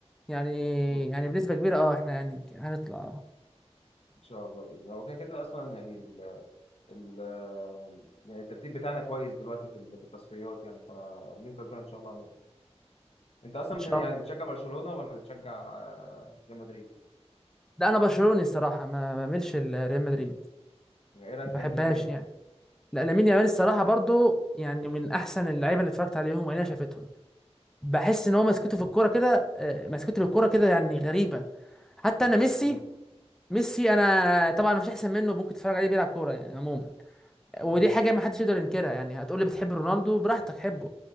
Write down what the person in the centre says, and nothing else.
يعني
يعني بنسبه كبيره اه احنا يعني هنطلع آه.
ان شاء
الله
لا انا برشلوني الصراحه ما ما بعملش ريال مدريد
ما بحبهاش
يعني لا لامين يامال الصراحه برضو يعني من احسن اللعيبه اللي اتفرجت عليهم وانا شافتهم بحس
ان هو مسكته في الكوره
كده آه، مسكته للكوره كده يعني غريبه حتى انا ميسي
ميسي انا طبعا مفيش احسن منه ممكن تتفرج عليه بيلعب كوره يعني عموما ودي
حاجه ما حدش يقدر ينكرها يعني هتقولي بتحب رونالدو براحتك حبه